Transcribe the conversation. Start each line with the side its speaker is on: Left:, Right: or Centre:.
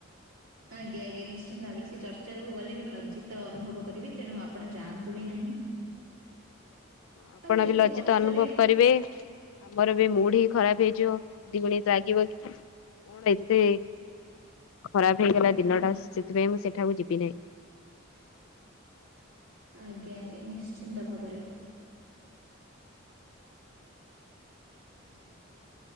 Right: ଆଜ୍ଞା, ଆଜ୍ଞା, ନିଶ୍ଚିନ୍ତ ଭାବରେ। ସେ ଚର୍ଚ୍ଚାକୁ ଗଲେ, ମୁଁ ଲଜ୍ଜିତ ଅନୁଭବ କରିବି। ତେଣୁ ଆପ ଆପଣ ଯାଆନ୍ତୁ ବି ନାହିଁ।
Left: ଆପଣ
Right: ଆଉ ମୁଁ ଏତେ
Left: ବି ଲଜ୍ଜିତ
Right: କଷ୍ଟରେ
Left: ଅନୁଭବ କରିବେ। ଆମର ବି ମୁଡ୍‌ ହିଁ ଖରାପ ହେଇଯିବ। ଦିଗୁଣି ରାଗିବ କି? କଣ ଏତେ ଖରାପ
Right: ଆଜ୍ଞା
Left: ହେଇଗଲା ଦିନଟା। ସେଥିପାଇଁ, ମୁଁ ସେଠାକୁ ଯିବି ନାଇଁ।
Right: ଆଜ୍ଞା, ଆଜ୍ଞା, ନିଶ୍ଚିନ୍ତ ଭାବରେ। <inaudible>